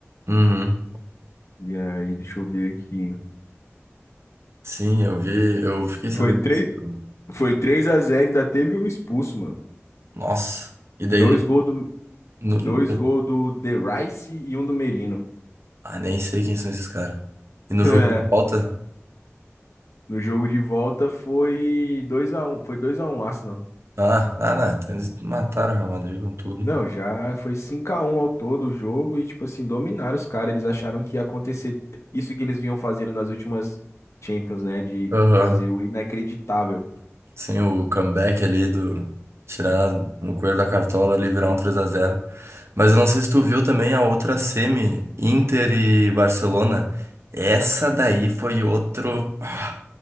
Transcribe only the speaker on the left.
E aí, deixa eu ver aqui.
Foi 3
foi três a zero ainda teve um expulso, mano.
Dois
gols do,
Dois
gols do The Rice e um do Merino.
<laughs>
É,
No jogo de volta foi dois a um foi dois a um Arsenal.
Não, já foi cinco a um ao todo o jogo e, tipo assim, dominaram os caras. Eles acharam que ia acontecer isso que eles vinham fazendo nas últimas Champions, né? De
fazer o inacreditável.